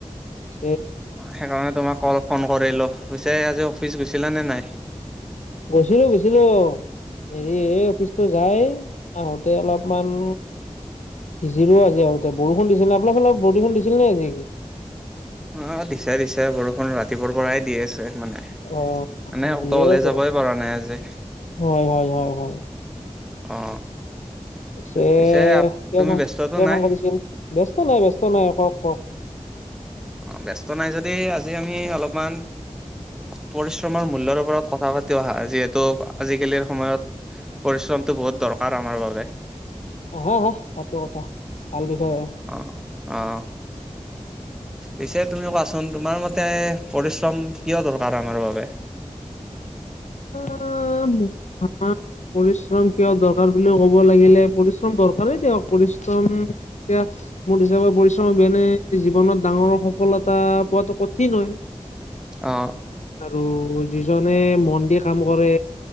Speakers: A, on the left; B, in the centre.
A: চ
B: সেইকাৰণে তোমাক কল ফোন কৰিলো গুছে আজি অফিচ গুছিলা নে নাই
A: গৈছিলো গৈছিলো হেৰি এই অফিচতটো যায় আহোতে অলপমান ভিজিলো আিগতে বৰষু দিছিলে অলপ অলপ বৰদু দিছিল নে আজি
B: অ দিছে দিছে বৰষুণ ৰাতিপুৱাৰ পৰাই দি আছে মানে মানে
A: অ',
B: অত
A: দিয়ে
B: হলে
A: আছে
B: যাবই পৰা নাই আজি
A: হয় হয় হয় হয়
B: অ
A: কিয়
B: পিছে তুমি
A: ফ
B: ব্যস্তটো
A: কিয়
B: নাই?
A: ফোন কৰিছিল ব্যস্ত নাই বস্ত নাই কওক কওক
B: অ ব্যস্ত নাই যদি আজি আমি অলপমান পৰিশ্ৰমৰ মূল্য়ৰ ওপৰত কথা পাতি অহা যিহেতু আজিকালিৰ সময়ত পৰিশ্ৰমটো বহুত দৰকাৰ আমাৰ বাবে
A: অ হা হা পাতো কথা ভাল বিষয় আৰু
B: অ অ পিছে তুমি কোৱাচোন তোমাৰ মতে পৰিশ্ৰম কিয় দৰকাৰ আমাৰ বাবে <inaudible>
A: উম আম পৰিশ্ৰম কিয় দৰকাৰ বুলি ক'ব লাগিলে পৰিশ্ৰম দৰকাৰেই দিয়ক পৰিশ্ৰম য়া মোৰ হিচাপে পৰিশ্ৰম হবিনে জীৱনত ডাঙৰ সফলতা পোৱটো কঠিন হয়
B: অ
A: আৰু যিজনে মন বানি কাম কৰে